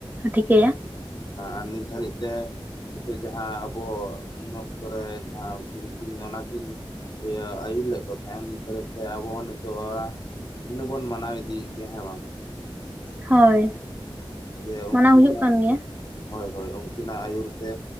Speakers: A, on the right; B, on the left.
A: ᱴᱷᱤᱠᱟᱹᱭᱟ ᱾
B: ᱟᱨ ᱱᱤᱛ ᱫᱷᱟᱹᱨᱤᱡ ᱛᱮ ᱱᱤᱛᱚᱜ ᱡᱟᱦᱟᱸ ᱟᱵᱚ ᱩᱱ ᱚᱠᱛᱚᱮ ᱡᱟᱦᱟᱸ ᱠᱤᱱᱠᱤᱱ ᱚᱱᱟᱠᱤᱱ ᱤᱭᱟᱹ ᱟᱹᱭᱩᱨ ᱞᱮᱫ ᱠᱚ ᱛᱟᱦᱮᱸ ᱱᱤᱛ ᱫᱷᱟᱹᱨᱤᱡ ᱛᱮ ᱟᱵᱚ ᱦᱚᱸ ᱱᱤᱛᱚᱜᱼᱟ ᱤᱱᱟᱹᱜ ᱵᱚᱱ ᱢᱟᱱᱟᱣ ᱤᱫᱤᱭᱮᱫ ᱜᱮᱭᱟ ᱦᱮᱸ ᱵᱟᱝ?
A: ᱦᱳᱭ
B: ᱡᱮ
A: ᱢᱟᱱᱟᱣ
B: ᱩᱱᱠᱤᱱᱟᱜ
A: ᱦᱩᱭᱩᱜ ᱠᱟᱱ ᱜᱮᱭᱟ
B: ᱦᱳᱭ ᱦᱳᱭ ᱩᱱᱠᱤᱱᱟᱜ ᱟᱹᱭᱩᱨ ᱛᱮ